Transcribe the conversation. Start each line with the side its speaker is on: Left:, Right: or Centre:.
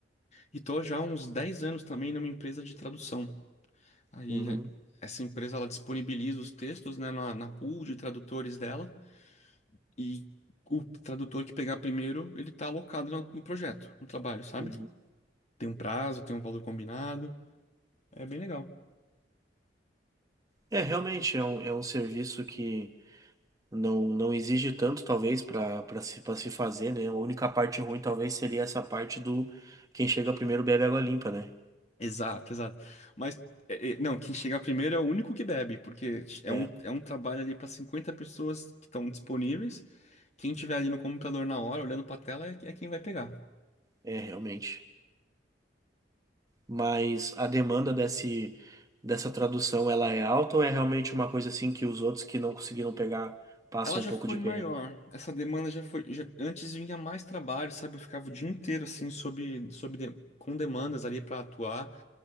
Left: E tô já há uns 10 anos também numa empresa de tradução. Aí
Right: Uhum,
Left: essa empresa ela disponibiliza os textos, né, na, na pool de tradutores dela e o tradutor que pegar primeiro, ele tá alocado no, no projeto, no trabalho, sabe?
Right: uhum.
Left: Tem um prazo, tem um valor combinado, é bem legal.
Right: É, realmente, é um, é um serviço que não, não exige tanto, talvez, para para se, para se fazer, né? A única parte ruim, talvez, seria essa parte do quem chega primeiro bebe água limpa, né?
Left: Exato, exato. Mas é, é, não, quem chegar primeiro é o único que bebe, porque é
Right: É,
Left: um, é um trabalho ali para 50 pessoas que estão disponíveis. Quem tiver ali no computador na hora, olhando para a tela, é, é quem vai pegar.
Right: é, realmente. mas a demanda desse, dessa tradução ela é alta ou é realmente uma coisa assim que os outros que não conseguiram pegar passam
Left: Ela já
Right: um pouco
Left: foi
Right: de
Left: maior.
Right: perrengue?
Left: Essa demanda já foi. já- antes vinha mais trabalho, sabe? Eu ficava o dia inteiro assim, sob, sob de- com demandas ali para atuar.